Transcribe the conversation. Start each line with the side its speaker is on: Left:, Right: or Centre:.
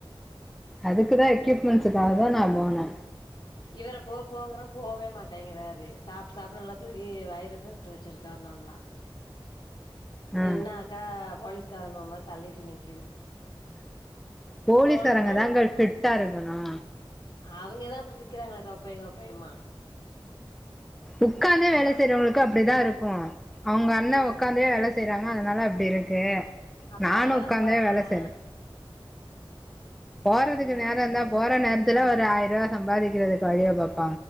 Centre: அதுக்குதா எக்யூப்மெண்ட்ஸக்காக தா நா போனே
Left: இவர போ போங்கற போவே மாட்டேங்கிறாரு சாப்ட்டு சாப்ட்டு நல்லாத்தூங்கி வயிறபெருத்து வச்சிருக் க நல்லா
Centre: ஆ
Left: நின்னாக்கா போலீஸ்காரனுவ மாரி தள்ளிட்டு நிக்
Centre: போலீஸ்காரங்க
Left: சொல்றே
Centre: தா கேல் ஃபிட்டா இருக்கணு
Left: அவைங்க தா அப்டி நிக்கிறாங்களே தொப்பைங் கொப்பைம்மா
Centre: உட்காந்தே வேல
Left: ஆ
Centre: செய்றவங்களுக்கு அப்டிதா இருக்கு அவங்க அண்ண
Left: ம்
Centre: உக்காந்தே வேல செய்றாங்க அதனால அப்டி இருக்கு
Left: அப்ப
Centre: நானு
Left: அதனாலதா
Centre: உட்காந்தே
Left: போங்கறே
Centre: வேலை செய்றே போறதுக்கு
Left: அதனாலதா
Centre: நேர இருந்தா
Left: போங்கறே
Centre: போற நேரத்துல ஒரு ஆயிரூவா சம்பாதிக்கிறதுக்கு வழிய பாப்